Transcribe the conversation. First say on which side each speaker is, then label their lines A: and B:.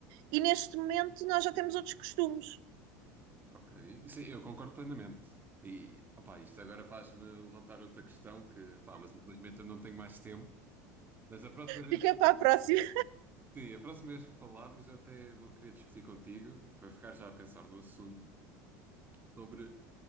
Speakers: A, on the right (about 65°); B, on the right (about 25°).
A: E neste momento nós já temos outros costumes.
B: Ok. Sim, eu concordo plenamente. E, opá, isto agora faz-me levantar outra questão que, pá, mas infelizmente eu não tenho mais tempo. Mas a próxima vez.
A: Fica para a próxima.
B: Sim, a próxima vez que falarmos, eu até vou querer discutir contigo, para ficar já a pensar no assunto, sobre